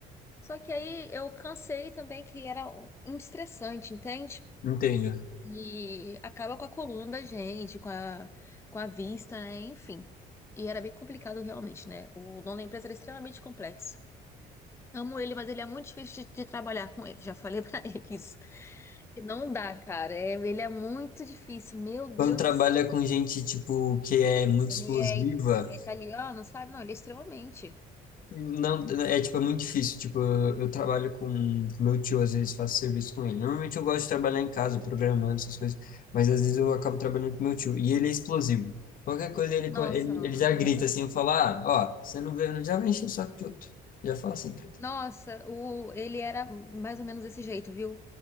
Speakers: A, on the left; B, on the left.
A: Só que aí eu cansei também, que era um estressante, entende?
B: entendo.
A: E acaba com a coluna da gente, com a, com a vista, né? Enfim. E era bem complicado realmente, né? O dono da empresa era extremamente complexo. Amo ele, mas ele é muito difícil de, de trabalhar com ele. Já falei <laughs> pra ele isso. Que não dá, cara. É, ele é muito difícil. Meu Deus
B: Quando trabalha
A: do céu.
B: com gente, tipo, que é muito
A: Ele
B: explosiva,
A: é, it- ele é italiano, sabe? Não, ele é extremamente.
B: Não, é tipo, é muito difícil. Tipo, eu, eu trabalho com, com meu tio, às vezes faço serviço com ele. Normalmente eu gosto de trabalhar em casa, programando essas coisas, mas às vezes eu acabo trabalhando com meu tio. E ele é explosivo. Qualquer coisa ele,
A: Nossa,
B: co- ele,
A: não,
B: ele já
A: não
B: grita
A: dá.
B: assim, eu falo, ah, ó, você não veio, já vai encher o saco de outro. Já fala assim pra ele.
A: Nossa, o, ele era mais ou menos desse jeito, viu?